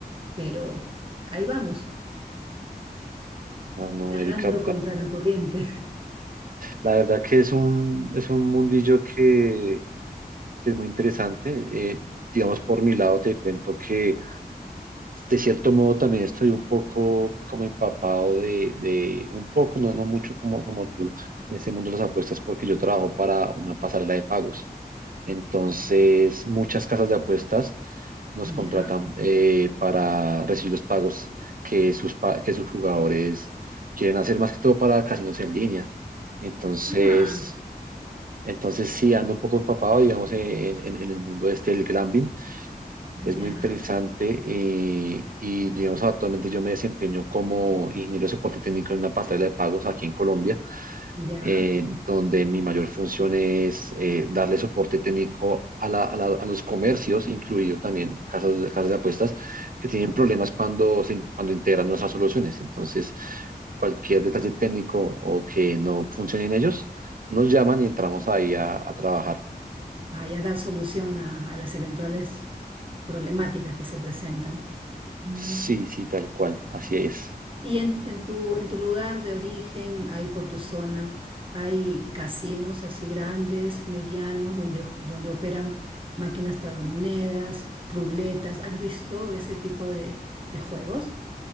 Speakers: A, on the right (about 35°); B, on the right (about 60°).
A: pero ahí vamos,
B: Ah, no,
A: nadando
B: Erika,
A: contra la corriente.
B: La verdad que es un, es un mundillo que, que es muy interesante. Eh, digamos, por mi lado te cuento que de cierto modo también estoy un poco como empapado de, de un poco, no, no mucho como, como tú, en ese mundo de las apuestas porque yo trabajo para una pasarela de pagos. Entonces, muchas casas de apuestas nos
A: Ya,
B: contratan eh, para recibir los pagos que sus, pa- que sus jugadores quieren hacer, más que todo para casinos en línea. Entonces,
A: ah,
B: entonces sí, ando un poco empapado, digamos, en, en- en el mundo este del gambling. Es
A: ya,
B: muy interesante eh, y, digamos, actualmente yo me desempeño como ingeniero de soporte técnico en una pasarela de pagos aquí en Colombia
A: ya,
B: eh, donde mi mayor función es eh, darle soporte técnico a, la- a la- a los comercios, incluido también casas, de- casas de apuestas, que tienen problemas cuando, se in- cuando integran nuestras soluciones. Entonces, cualquier detalle técnico o que no funcione en ellos, nos llaman y entramos ahí a, a trabajar.
A: ah, ya dar solución a, a las eventuales problemáticas que se presentan. Mm.
B: Sí, sí, tal cual, así es.
A: Y en, en tu, en tu lugar de origen, ahí por tu zona, hay casinos así grandes, medianos, donde, donde operan máquinas tragamonedas, ruletas. ¿Has visto ese tipo de, de juegos?